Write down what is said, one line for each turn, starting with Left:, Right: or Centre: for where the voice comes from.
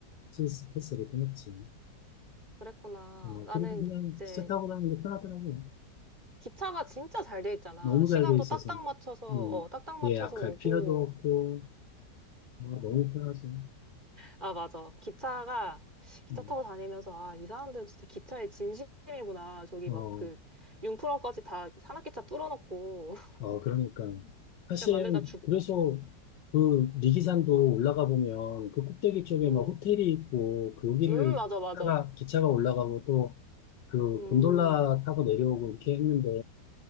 Left: 스위스 패스를 끊었지.
Right: 그랬구나.
Left: 어,
Right: 나는
Left: 그리고 그냥
Right: 이제
Left: 기차 타고 다니는 게 편하더라고요.
Right: 기차가 진짜 잘 돼 있잖아.
Left: 너무
Right: 시간도
Left: 잘 돼 있어서.
Right: 딱딱 맞춰서,
Left: 음,
Right: 어, 딱딱 맞춰서
Left: 예약할
Right: 오고,
Left: 필요도 없고, 아, 너무 편하지.
Right: 아, 맞아. 기차가, 기차
Left: 음.
Right: 타고 다니면서, 아, 이 사람들은 진짜 기차에 진심이구나. 저기
Left: 어,
Right: 막 그, 융프라까지 다 산악기차 뚫어놓고, <laughs>
Left: 어, 그러니까. 사실,
Right: 그냥 만들다 죽고.
Left: 그래서 그 리기산도 올라가 보면 그 꼭대기 쪽에
Right: 음,
Left: 막 호텔이 있고, 거기를
Right: 음, 맞아,
Left: 기차가,
Right: 맞아.
Left: 기차가 올라가고 또 그
Right: 음,
Left: 곤돌라 타고 내려오고 이렇게 했는데,